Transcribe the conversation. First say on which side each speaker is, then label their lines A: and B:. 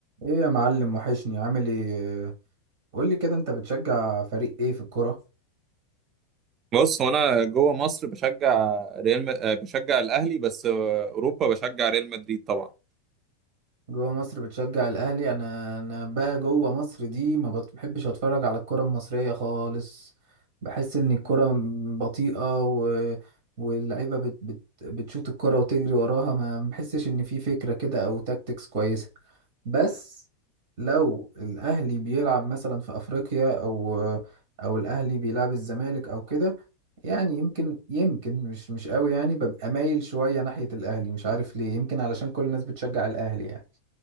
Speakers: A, on the right (about 70°); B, on the right (about 35°).
A: ايه يا معلم وحشني عامل ايه قول لي كده انت بتشجع فريق ايه في الكرة
B: بص هو انا جوه مصر بشجع ريال م... آه، بشجع الاهلي بس آه، اوروبا بشجع ريال مدريد طبعا
A: جوه مصر بتشجع الاهلي انا انا بقى جوه مصر دي ما بت- بحبش اتفرج على الكرة المصرية خالص بحس ان الكرة م- بطيئة و... واللعيبة بت... بت... بتشوط الكرة وتجري وراها ما ما بحسش ان في فكرة كده او تاكتكس كويسة بس لو الاهلي بيلعب مثلا في افريقيا او او الاهلي بيلعب الزمالك او كده يعني يمكن يمكن مش مش قوي يعني ببقى مايل شوية ناحية الاهلي مش عارف ليه يمكن علشان كل الناس بتشجع الاهلي يعني